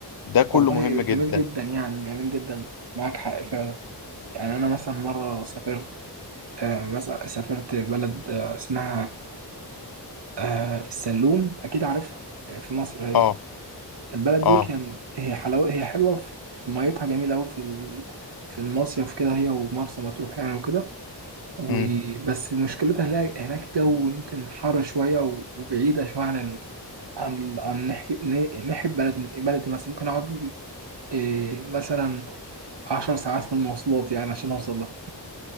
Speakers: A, on the left; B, on the right.
A: ده كله
B: والله
A: مهم
B: ده
A: جدا
B: جميل جدا يعني جميل جدا معاك حق فعلا يعني أنا مثلا مرة سافرت آه، مثلا سافرت بلد آه، اسمها آه، السلوم أكيد عارفها آه، في مصر هي
A: اه
B: البلد
A: اه
B: دي كان هي حلاوة هي حلوة في في ميتها جميلة أوي في ال- في المصيف كده هي ومرسى مطروح يعني وكده وبس
A: مم.
B: مشكلتها هناك هناك الجو يمكن حر شوية و- وبعيدة شوية عن ال... عن ال... عن ناحية ن- ناحية بلد بلدي مثلا ممكن أقعد لي إيه مثلا عشر ساعات في المواصلات يعني عشان أوصل لها